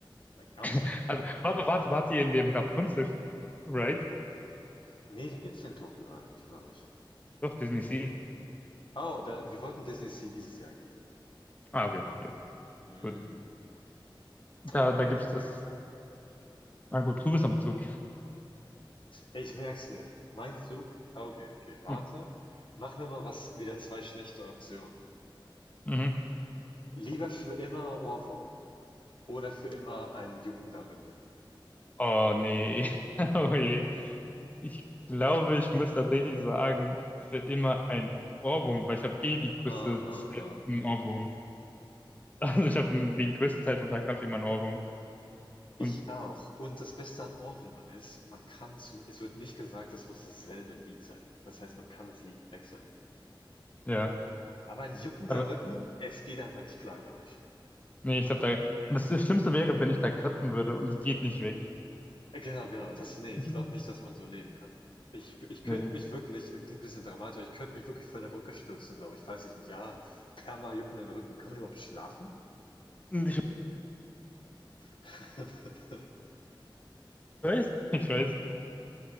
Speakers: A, on the left; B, on the left.
A: Like, I'm
B: <laughs>
A: sorry.
B: Also, warte, warte, wart ihr in dem Rapunzel-Ride?
A: Nee, den gibt's hier in Tokio gerade nicht, glaube ich.
B: Doch, Disney Sea.
A: Oh, da, wir wollten Disney Sea dieses Jahr gehen.
B: Ah, okay. okay.
A: Hm,
B: Gut. Da,
A: okay,
B: da gibt's
A: okay.
B: das. Na gut, du bist am Zug.
A: Ich merk's mir. Mein Zug. Okay, okay, warte.
B: Hm.
A: Machen wir mal was, wieder zwei schlechte Optionen.
B: Mhm.
A: Lieber für immer Ohrwurm Oder für immer ein juckender Rücken.
B: Oh nee. <laughs> Oh je. Ich glaube, ich muss tatsächlich sagen, für immer ein Ohrwurm, weil ich habe eh die größte
A: Aha,
B: Zeit
A: aha,
B: einen
A: aha.
B: Ohrwurm. <laughs> Also ich habe den größten Teil vom Tag habe ich immer einen Ohrwurm.
A: Ich
B: Und
A: auch. Und das Beste an Ohrwürmern ist, man kann zum, es wird nicht gesagt, es muss dasselbe Lied sein. Das heißt, man kann das Lied wechseln.
B: ja,
A: Aber ein juckender
B: aber
A: Rücken, es geht einfach nicht klar, glaube ich.
B: nee, ich glaube da. Und das Schlimmste wäre, wenn ich da kratzen würde und es geht nicht weg.
A: Äh, Genau, genau, das, nee, ich
B: <laughs>
A: glaube nicht, dass man so leben kann. Ich, ich könnte
B: Nee.
A: mich wirklich, es klingt ein bisschen dramatisch, aber ich könnte mich wirklich von der Brücke stürzen, glaube ich, falls ich ein Jahr perma juckenden Rücken. Kann man überhaupt schlafen?
B: Und Ich
A: <laughs>
B: weiß, ich weiß.